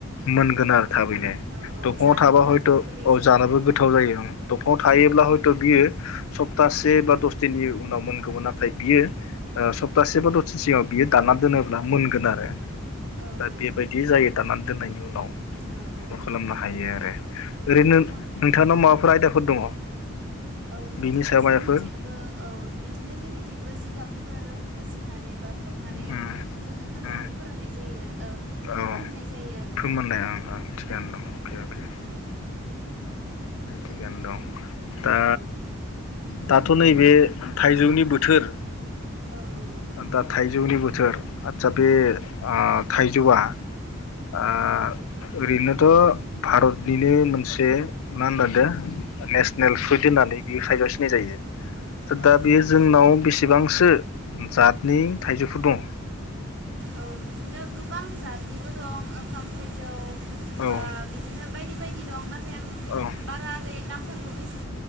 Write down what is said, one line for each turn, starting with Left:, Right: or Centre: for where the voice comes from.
Left: मोनगोन आरो। थाबैनो
Right: औ औ
Left: दंफाङाव
Right: जानोबो
Left: थाबा
Right: गोथाव
Left: हयथ'
Right: गोदै
Left: औ
Right: जायो
Left: जानबो गोथाव जायो दंफाङाव थायोब्ला
Right: औ
Left: हयथ' बियो सप्तासे बा दस दिननि उनाव मोनगौमोन। नाथाय बियो ओ सप्तासे बादसदिनसोआव बियो दाना दोनोब्ला मोनगोन आरो।
Right: औ
Left: दा
Right: नंगौ
Left: बिबायायदि जायो दानना दोननायनि उनाव।
Right: औ औ
Left: बेखौ खालामनो हायो आरो।
Right: औ
Left: ओरैनो
Right: नोंथां
Left: नोंथांनाव माबाफोर
Right: औ
Left: आयदाफोर दङ
Right: औ बिदिनो
Left: बिनि सायाव
Right: जोंनिथिंबो
Left: माबाफोर
Right: औ बिदिनो जोंनिथिंबो जिगाब फोर होसिननानै बा खोबनानै
Left: उम
Right: जोङो खान्थालखौ
Left: उम
Right: फोराननाय जायो। ओ
Left: औ
Right: फोमोननाय जायो आरो
Left: फोमोननाय थिखानो दं अके अके।
Right: औ
Left: थिगनो दं।
Right: औ
Left: दा
Right: नंगौ
Left: दाथ' थ' नैबे थाइजौनि बोथोर।
Right: औ नंगौ
Left: दा थाइजौनि बोथ थोर आतसा बे आ थाइजौआ आ
Right: औ
Left: ओरैनोथ' भारतनिनो मोनसे। बे मा होननाो नेसनेल फ्रुइद होननानै बे <unintelligible> सिनाय जायो।
Right: औ
Left: दा
Right: नंगौ
Left: बेयो जोंनाव बेसेबांसो जातनि थाइजौफोर दं
Right: औ बिदिनो गोबां जतनिबो दं ओंखाम थाइजौ
Left: ओ
Right: बा बिदिनो बायदि बायदि दं फ्राय आं
Left: औ औ
Right: बारा ओरै नाम <unintelligible>